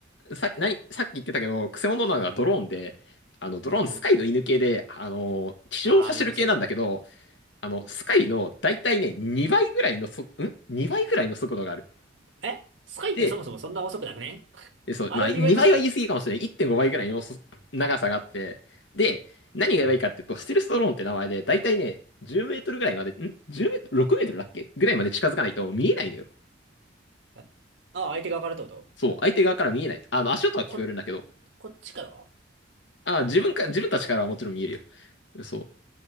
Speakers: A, on the left (about 75°); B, on the right (about 85°).
A: さっき、なさっき言ってたけど、クセモノなのがドローンで、あの、ドローンスカイの犬系で、
B: うん。
A: あの、地上を走る系なんだけど、
B: あー、めんどくせえ。
A: あの、スカイの大体ね、2倍ぐらいのそ、ん ?2 倍ぐらいの速度がある。
B: えスカイってそもそもそんな遅くなくね
A: で、
B: <laughs>
A: えそう、
B: あれの2倍なの
A: まあ、2倍は言い過ぎかもしれない。1.5倍ぐらいのそ長さがあって、で、何がやばいかっていうと、ステルスドローンって名前で、だいたいね、10メートルぐらいまで、ん1メートル ?6 メートルだっけぐらいまで近づかないと見えないのよ。
B: えああ、相手側からってこと
A: そう、相手側から見えない。あの、足音は聞こえるんだけど、
B: こ、こっちからは
A: あ、自分か、自分たちからはもちろん見えるよ。そう。